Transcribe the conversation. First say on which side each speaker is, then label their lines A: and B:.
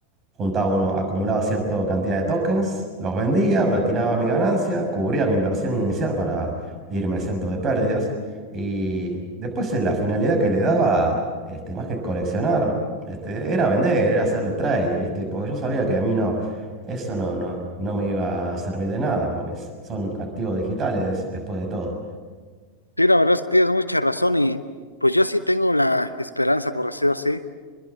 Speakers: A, on the right; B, on the left.
A: Juntaba uno, acumulaba cierta cantidad de tokens, los vendía, retiraba mi ganancia, cubría mi inversión inicial para irme exento de pérdidas. Y después eh, la finalidad que le daba, este, más que coleccionar, este, era vender, era hacerle trading, ¿viste? Porque yo sabía que a mí no, eso no, no, no me iba a servir de nada, porque es- son activos digitales des- después de todo.
B: Sí, la verdad es que tienes mucha razón y pues yo sí tengo la esperanza, por decirlo así,